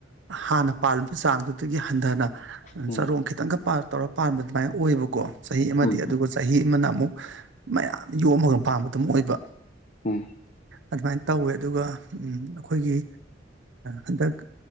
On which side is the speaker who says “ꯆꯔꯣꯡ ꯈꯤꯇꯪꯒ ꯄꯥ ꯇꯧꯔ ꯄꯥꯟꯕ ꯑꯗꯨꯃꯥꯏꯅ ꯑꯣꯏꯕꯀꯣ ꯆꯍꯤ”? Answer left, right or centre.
Right